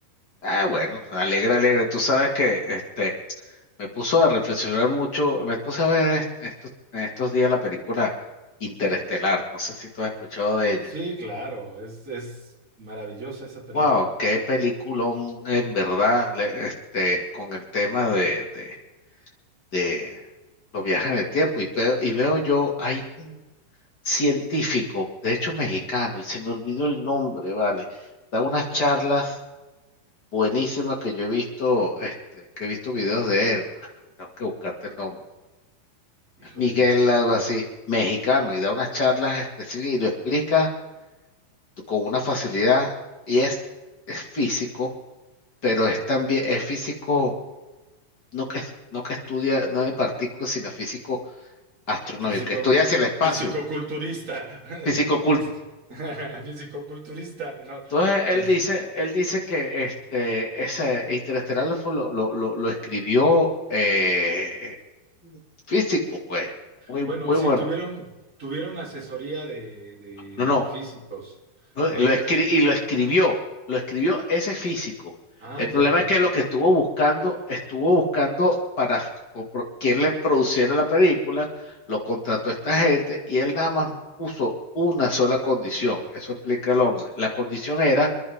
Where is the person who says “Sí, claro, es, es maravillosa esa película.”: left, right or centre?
Right